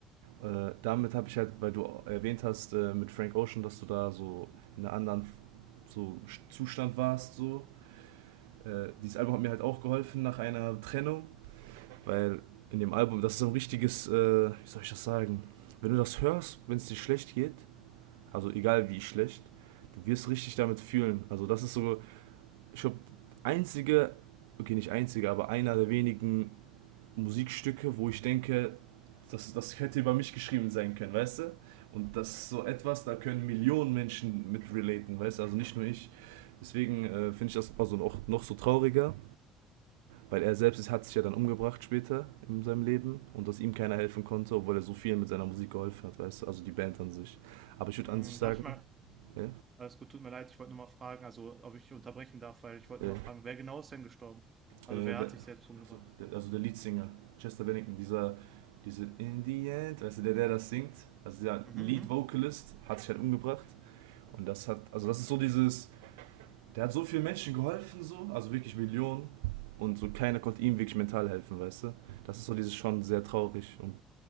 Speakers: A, on the right; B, on the right.
A: Äh, damit habe ich halt, weil du erwähnt hast äh, mit Frank Ocean, dass du da so in einem anderen so Sch- Zustand warst, so. Äh, dieses Album hat mir halt auch geholfen nach einer Trennung, weil in dem Album, das ist so ein richtiges, äh, wie soll ich das sagen, wenn du das hörst, wenn es dir schlecht geht, also egal wie schlecht, du wirst richtig damit fühlen. Also das ist so, ich glaube, einzige, okay, nicht einzige, aber einer der wenigen Musikstücke, wo ich denke, das, das hätte über mich geschrieben sein können, weißt du? Und das ist so etwas, da können Millionen Menschen mit relaten, weißt du? Also nicht nur ich. Deswegen äh, finde ich das also noch, noch so trauriger, weil er selbst ist, hat sich ja dann umgebracht später in seinem Leben und dass ihm keiner helfen konnte, obwohl er so viel mit seiner Musik geholfen hat, weißt du? Also die Band an sich. Aber ich würde
B: Mm,
A: an sich sagen,
B: Darf ich mal,
A: äh,
B: alles gut, tut mir leid, ich wollte nur mal fragen, also ob ich unterbrechen darf, weil ich wollte
A: äh,
B: nur mal fragen, wer genau ist denn gestorben? Also
A: Äh,
B: wer
A: der,
B: hat
A: also,
B: sich selbst umgebracht?
A: der, also der Leadsinger, Chester Bennington, dieser, diese In the End, weißt du, der, der das singt, also der
B: Mhm,
A: Lead
B: mhm.
A: Vocalist, hat sich halt umgebracht. Und das hat, also das ist so dieses, der hat so vielen Menschen geholfen, so, also wirklich Millionen. Und so keiner konnte ihm wirklich mental helfen, weißt du? Das ist so dieses schon sehr traurig und